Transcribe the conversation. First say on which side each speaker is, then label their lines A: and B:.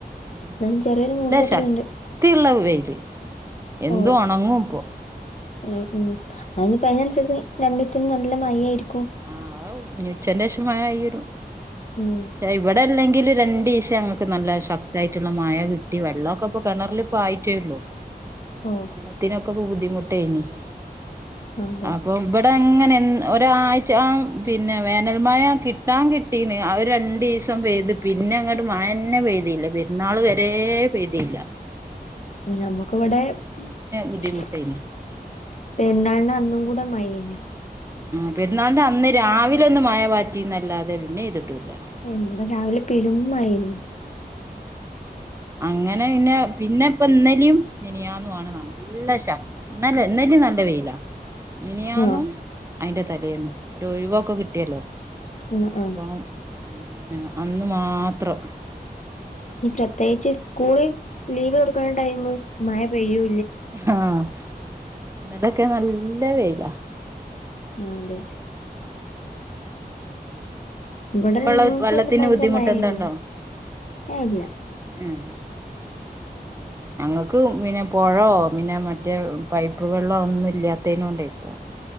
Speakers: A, on the right; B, on the left.
A: ഉ
B: എന്നാലും ചെറിയൊരു
A: നല്ല
B: മൂടിക്കെട്ടലുണ്ട്
A: ശക്തിയുള്ള വെയില്ല് എന്തു
B: ഓ
A: ഒണങ്ങും ഇപ്പൊ
B: ഉം ഉം അയിനിപ്പം അയിനനുസരിച് രണ്ടീസം നല്ല മഴയായിരി
A: ആവു ഇനി ഉച്ചന്റെ ശേഷം മഴയായിവരും
B: ഉം
A: ശേ ഇവിടെ അല്ലെങ്കി <unintelligible> രണ്ടീസം അങ്ങക്ക് നല്ല ശക്തായിട്ടുള്ള മഴ കിട്ടി വെള്ളോക്കെ ഇപ്പൊ കേണറിലിപ്പായിട്ടോള്ളു
B: ഓ
A: വെള്ളത്തിനൊക്കെ ബുദ്ധിമുട്ടേനി
B: അതെ
A: അപ്പൊ വെടെ അങ്ങനെ ന്ന് ഒരായ് പിന്നെ വേനൽ മഴ കിട്ടൻ കിട്ടീ അവര് രണ്ടണ്ട് ദിവസം പെയ്ത് പിന്നെ അങ്ങോട്ട മ ന്നെ പെയ്തിയില്ല പെരുന്നാൾ വരെ പെയ്തിയില്ല
B: പി നമ്മുക്ക് ഇവിടെ
A: ബുദ്ധിമുട്ടേനി
B: ഇപ്പ എന്താ അന്നും കൂടെ മൈന്
A: ആ പെരുന്നാളണ്ട് അന്ന് രാവിലെ ഒന്ന് മഴ പാറ്റിന്നല്ലാതെ പിന്നെ ഇ്തിട്ടൂല്ലേ
B: ഇവിടെ രാവിലെ പെരുമഴയിരുന്നു
A: അങ്ങനെ പിന്നെ പിന്നെ ഇപ്പൊ ഇന്നലും നനിയാന്നു ആമാണ് നല്ല ശല്ല ഇലും നല്ല വെയിലാ മിനിയാന്നും
B: ആഹ്
A: അയിന്റെ തലയന്നും ഒ ഒഴിവൊക്കെ കിട്ടിയല്ലോ
B: ഉം
A: അപ്പം
B: ഉ
A: പിന്നെ അന്ന് മാത്രം
B: ഈ പ്രത്യേകിച്ച് സ്കൂളിൽ ലീവ് കൊടുക്കണ ടൈമ മഴ പെയ്യൂ
A: ആഹ ഇന്നതൊക്കെ നല്ല വെയില
B: ആ അതെ ഇവിടെ രണ്ട്
A: വള്ള
B: മൂന്ന് ദിവസായിട്ട്
A: വെള്ളത്തിന്
B: ഭയങ്കര
A: ബുദ്ധിമുട്ട്ന്താണ്ടോ
B: മഴയായിരുന്നു ഏ ഇല്ല
A: ഉഏ അങ്ങൾക്ക് പിന്നെ പുഴോ പിന്നെ മറ്റേ പൈപ്പ് വെള്ളമോ ഒന്നും ഇല്ലാത്തേന കൊണ്ടേക്ക